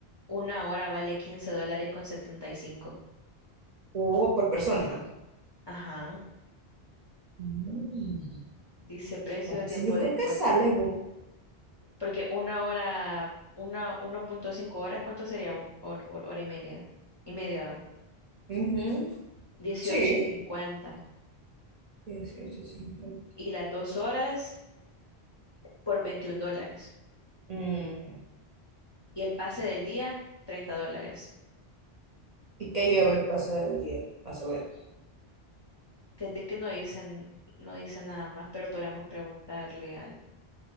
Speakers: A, on the left; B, on the right.
A: una hora vale 15 dólares con 75.
B: O por persona.
A: Ajá.
B: Mm,
A: Dice precio
B: ah,
A: de
B: pues
A: tiempo
B: sí, yo
A: de
B: creo
A: juego.
B: que sale, bu.
A: Porque una hora, una, uno punto cinco horas, ¿cuánto sería? Un, hor- hor- hora y media. Y media, va.
B: Ujú,
A: dieciocho
B: Sí.
A: cincuenta
B: 18.50.
A: Y las dos horas por veintiún dólares.
B: Ujú.
A: Y el pase del día, 30 dólares.
B: ¿Y qué llevo el paso del día? A saber.
A: Fíjate que no dicen, no dicen nada más, pero podríamos preguntarle al,